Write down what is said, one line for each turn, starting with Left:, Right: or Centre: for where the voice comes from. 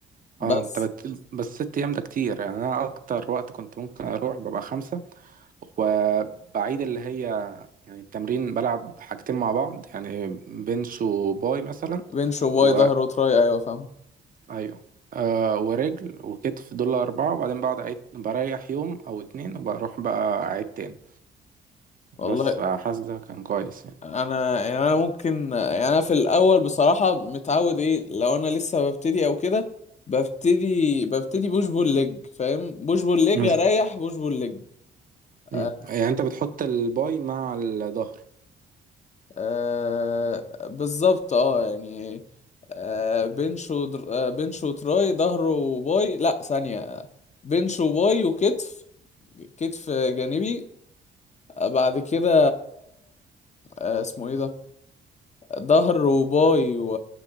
Right: اه
Left: بس
Right: انت بت... بس ست ايام ده كتير يعني انا اكتر وقت كنت ممكن اروح ببقى خمسة وبعيد اللي هي يعني التمرين بلعب حاجتين مع بعض يعني بنش وباي مثلا
Left: بنش وباي
Right: و
Left: ظهر وتراي أيوة فاهم
Right: ايوه آه ورجل وكتف دول اربعة وبعدين بقعد أعيد بريح يوم او اتنين وبروح بقى اعيد تاني
Left: والله
Right: بس فحاسس ده كان كويس يعني
Left: انا يعني انا ممكن يعني انا في الاول بصراحه متعود ايه لو انا لسه ببتدي او كده ببتدي ببتدي بوش بول ليج فاهم بوش بول ليج
Right: مم.
Left: اريح بوش بول ليج آه
Right: مم. يعني انت بتحط الباي مع الظهر
Left: آه، بالظبط اه يعني آه بنش ودر... آه بنش وتراي ظهر وباي لا ثانيه بنش وباي وكتف كتف جانبي آه، بعد كده آه اسمه ايه ده ظهر وباي و...